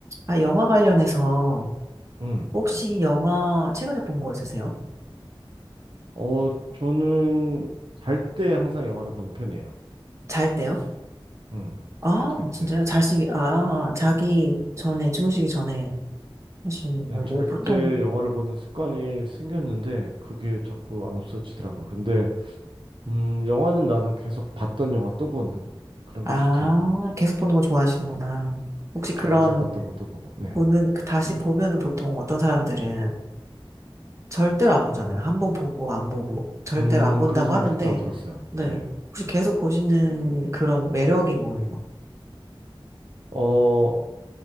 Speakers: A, on the right; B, on the right.
A: 아, 영화 관련해서 음.
B: 음.
A: 혹시 영화 최근에 본 거 있으세요?
B: 어, 저는 잘 때 항상 영화를 보는 편이에요.
A: 잘 때요?
B: 음.
A: 아,
B: 잘
A: 진짜요?
B: 때.
A: 자식이, 아, 자기 전에, 주무시기 전에 하시는
B: 네,
A: 거. 뭐,
B: 잘때
A: 보통,
B: 영화를 보는 습관이 생겼는데 그게 자꾸 안 없어지더라고요. 근데 음, 영화는 나는 계속 봤던 영화 또 보는 그런
A: 아,
B: 게 좋더라고요.
A: 계속 보는 거 좋아하시는구나. 혹시 그런,
B: 계속 봤던 것도 보고. 네.
A: 보는, 그 다시 보면은 보통 어떤 사람들은 절대로 안 보잖아요. 한번 보고 안 보고, 절대로
B: 음,
A: 안 본다고
B: 그런 사람도
A: 하는데,
B: 있다고 들었어요.
A: 네.
B: 네.
A: 혹시 계속 보시는 그런 매력이 뭐예요?
B: 어,